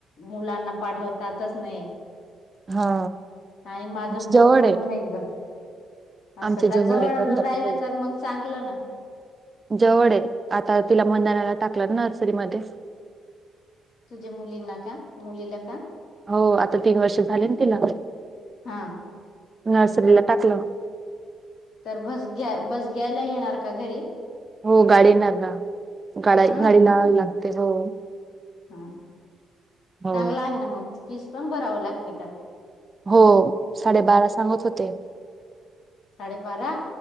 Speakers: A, on the left (about 75°); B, on the right (about 25°).
A: मुलांना पाठवतातच नाही.
B: हा
A: आणि माझं मुलं
B: जवळ
A: पण
B: आहे
A: नाही ज असं
B: आमच्या
A: का जवळ
B: आहे तसं.
A: राहिलं तर मग चांगलं ना
B: जवळ आहे आता तिला मंदानाला टाकलं ना नर्सरी मध्ये
A: तुझ्या मुलींना का मुलीला का?
B: हो आता तीन वर्ष झाले तिला
A: हा
B: नर्सरीला टाकला
A: तर भस घ्या भस घ्यायला येणार का घरी
B: हो गाडीणार गा गाडी
A: हा
B: लाहावी लागते हो
A: हा
B: हो
A: चांगलं आहे ना मग फीस पण बरावं लागते का
B: हो साडेबारा सांगत होते ते
A: साडेबारा